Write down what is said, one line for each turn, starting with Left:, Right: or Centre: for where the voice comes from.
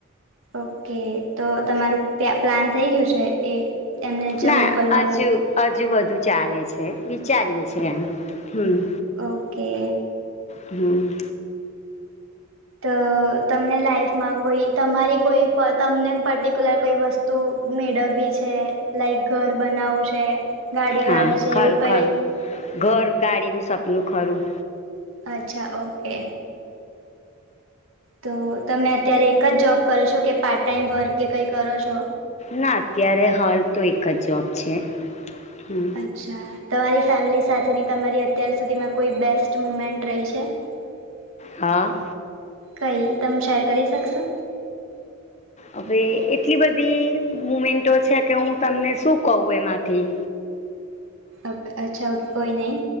Right: ઓકે તો તમારું પ્યા પ્લાન થઈ ગયું છે એ. એમને જ
Left: ના
Right: મોકલવાનું
Left: હજુ હજુ બધું ચાલે છે વિચારીએે છે એમ હમ્મ.
Right: ઓકે.
Left: હમ્મ.
Right: તો તમને લાઈફમાં કોઈ તમારી કોઈ તમને પર્ટિક્યુલર કઈ વસ્ત તું મેળવવી છે લાઈક ઘર બનાવું છે ગાડી
Left: હા
Right: લાવી છે
Left: ખરું
Right: એવું કઈ.
Left: ખરું ઘર ગાડીનું સપનું ખરું.
Right: અચ્છા ઓકે. તો તમે અત્યારે એક જ જોબ કરો છો કે પાર્ટ ટાઈમ વર્ક કે કંઈ કરો છો.
Left: ના અત્યારે હાલ તો એક જ જોબ છે હમ્મ.
Right: અચ્છા તમારી ફેમિલી સાથેની તમારી અત્યાર સુધીમાં કોઈ બેસ્ટ મુમેન્ટ રહી છે. <inaudible>
Left: હા.
Right: કઈ તમે શેર કરી શકશો.
Left: હવે એટલી બધી મુમેન્ટો છે કે હું તમને શું કહું એમાંથી.
Right: ઓકે અચ્છા ઓકે કોઈ નહીં.